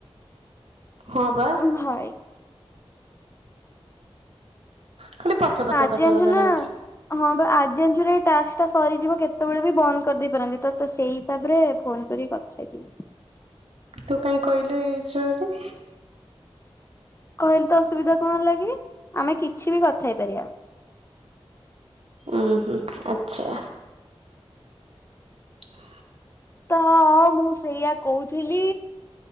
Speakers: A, on the right; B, on the left.
A: ହଁ, ପା।
B: ଓ ଭାଇ!
A: ଖାଲି ପଚ ପଚ
B: ଆଜି
A: ପଚ
B: ଜାଣିଚୁନା!
A: ପଚ ନାଗୁଛି।
B: ହଁ, ବା ଆଜି ଜଣିଚୁନା ଏଇ ଟାସ୍କଟା ସରିଯିବ। କେତେବେଳେ ବି ବନ୍ଦ କରିଦେଇ ପାରନ୍ତି। ତ, ତ ସେଇ ହିସାବରେ ଫୋନ୍ କରିକି କଥା ହେଇ ଯିବି।
A: ତୁ କାଇଁ କହିଲୁ ଏଇ ଛୁଆଟି?
B: କହିଲି ତ ଅସୁବିଧା କଣ ହେଲା କିି? ଆମେ କିଛି ବି କଥ ହେଇପାରିବା।
A: ଉ ହୁଁ ଆଚ୍ଛା। ହ
B: ତ-ଅ, ମୁଁ ସେଇଆ କହୁଥିଲି।